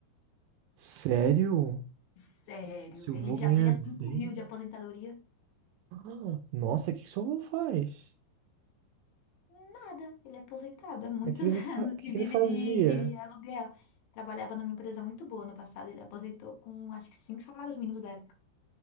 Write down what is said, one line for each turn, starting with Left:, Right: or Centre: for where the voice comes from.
Right: sério?
Left: Sério,
Right: Se eu
Left: ele
Right: vou ganhar
Left: já ganha 5
Right: 10?
Left: mil de aposentadoria?
Right: <gasps> Ah, nossa, o que que seu avô faz?
Left: Nada, ele é aposentado há muitos
Right: Mas o que que
Left: <laughs>
Right: ele fa...
Left: anos
Right: que
Left: e
Right: que
Left: vive
Right: ele fazia?
Left: de aluguel. Trabalhava numa empresa muito boa no passado, ele aposentou com acho que cinco salários mínimos da época.